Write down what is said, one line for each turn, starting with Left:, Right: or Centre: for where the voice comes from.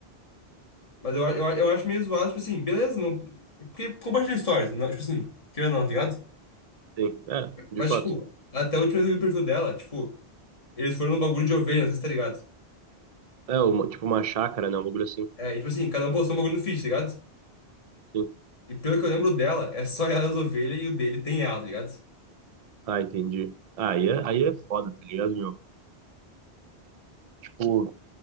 Left: Mas eu, a- eu, a- eu acho meio zoado, tipo assim, beleza, não. é Porque compartilha stories, não, tipo assim, querendo ou não, tá ligado?
Right: Sim, é, de
Left: Mas,
Right: fato.
Left: tipo, até a última vez que eu vi o perfil dela, tipo, eles foram num bagulho de ovelha, não sei se tá ligado.
Right: É, uma, tipo uma chácara, né? Um bagulho assim.
Left: É, e tipo assim, cada um postou um bagulho no feed, tá ligado?
Right: Sim.
Left: E pelo que eu lembro dela, é só ela as ovelhas e o dele tem ela, tá ligado?
Right: Ah, entendi. Ah, aí é, aí é foda, tá ligado, meu? Tipo,